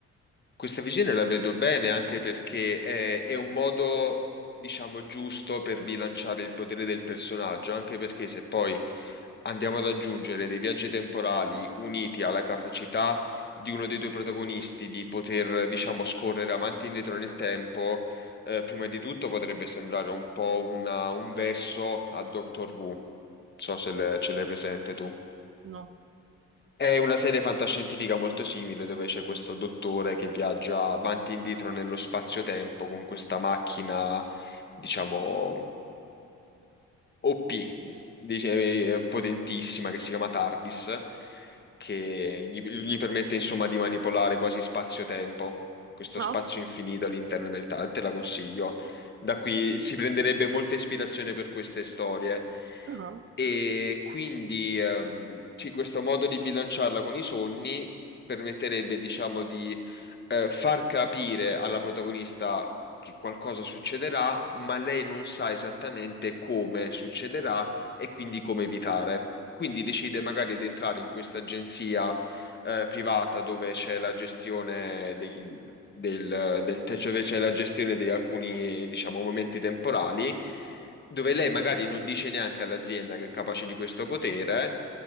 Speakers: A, on the left; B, on the right.
A: Questa visione la vedo bene anche perché è, è un modo, diciamo, giusto per bilanciare il potere del personaggio, anche perché se poi andiamo ad aggiungere dei viaggi temporali uniti alla capacità di uno dei due protagonisti di poter, diciamo, scorrere avanti e indietro nel tempo, eh, prima di tutto potrebbe sembrare un po' una- un verso al Doctor Who. Non so se le- ce l'hai presente tu.
B: No.
A: È una serie fantascientifica molto simile dove c'è questo dottore che viaggia avanti e indietro nello spazio-tempo con questa macchina, diciamo. OP, dice- eh, potentissima, che si chiama TARDIS, che gli, gli permette insomma di manipolare quasi spazio-tempo, questo
B: No?
A: spazio infinito all'interno del TARDIS, te la consiglio. Da qui si prenderebbe molta ispirazione per queste storie.
B: Ah.
A: E quindi ehm, sì, questo modo di bilanciarla con i sogni permetterebbe, diciamo, di eh, far capire alla protagonista che qualcosa succederà, ma lei non sa esattamente come succederà e quindi come evitare. Quindi decide magari di entrare in questa agenzia eh, privata dove c'è la gestione dei, del, del, te- cioè dove c'è la gestione di alcuni, diciamo, momenti temporali, dove lei magari non dice neanche all'azienda che è capace di questo potere,